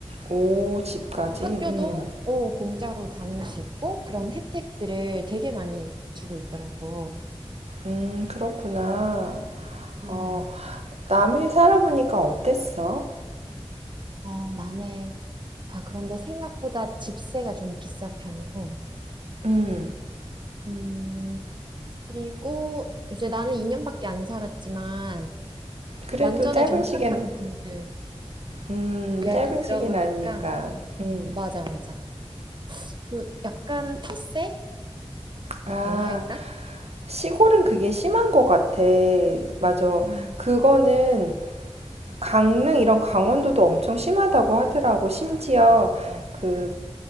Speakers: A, on the right; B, on the right.
A: 오, 집까지.
B: 또 학교도
A: 응.
B: 오, 공짜로 다닐 수 있고 그런 혜택들을 되게 많이 주고 있더라고.
A: 음, 그렇구나.
B: 음,
A: 어, 남해 살아보니까 어땠어?
B: 어, 남해가 그런데 생각보다 집세가 좀 비싼 편이고.
A: 음.
B: 음, 그리고 이제 나는 2년밖에 안 살았지만
A: 그래도
B: 완전히
A: 짧은
B: 정착한
A: 시기엔
B: 분들
A: 음,
B: 이야기
A: 짧은
B: 들어보니까
A: 시기는 아니니까. 음.
B: 맞아, 맞아. 그 약간 텃세라고나
A: 아.
B: 할까?
A: 시골은 그게 심한 것 같아. 맞아.
B: 음.
A: 그거는 강릉 이런 강원도도 엄청 심하다고 하더라고. 심지어
B: 어.
A: 그